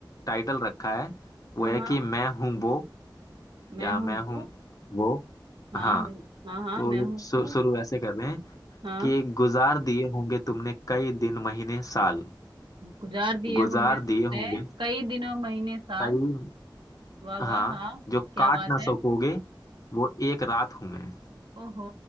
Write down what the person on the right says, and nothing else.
हाँ
हाँ
मैं
हूँ वो
हाँ
बिल हाँ हाँ
मैं हूँ
वो
हाँ
गुजार दिए
होंगे तुमने
कई दिनों महीने साल
वाह
वाह हाँ
क्या
बात
है
ओहो